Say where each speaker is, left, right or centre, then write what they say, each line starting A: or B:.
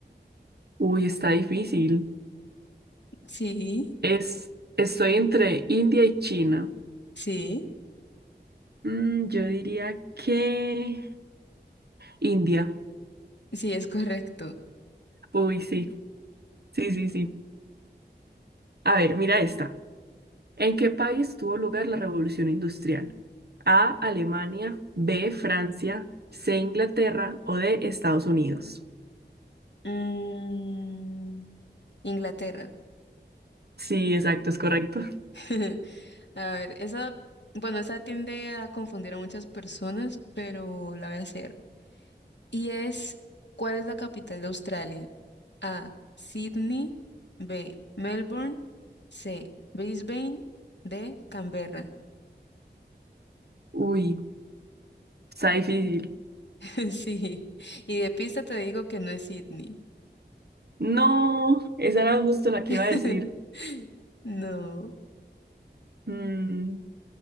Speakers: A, on the right; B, on the left.
A: Uy, está difícil.
B: Sí,
A: Es, estoy entre India y China.
B: sí,
A: Mm, yo diría que India.
B: sí, es correcto.
A: Uy, sí, sí, sí, sí. A ver, mira esta. ¿En qué país tuvo lugar la revolución industrial? A, Alemania, B, Francia, C, Inglaterra o D, Estados Unidos.
B: Mm, Inglaterra.
A: Sí, exacto, es correcto.
B: <laughs> A ver, esa, bueno, esa tiende a confundir a muchas personas, pero la voy a hacer. Y es, ¿cuál es la capital de Australia? A. Sydney. B. Melbourne. C. Brisbane. D. Canberra.
A: Uy, está difícil.
B: <laughs> Sí. Y de pista te digo que no es Sydney.
A: No, esa era justo la que
B: <laughs>
A: iba a decir.
B: No.
A: Mm,